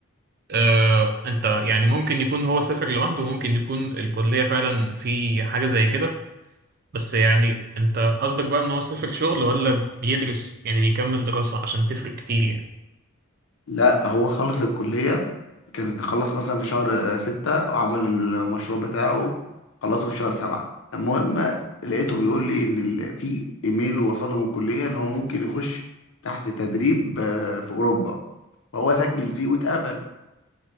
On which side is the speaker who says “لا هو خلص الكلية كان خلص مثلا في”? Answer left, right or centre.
Left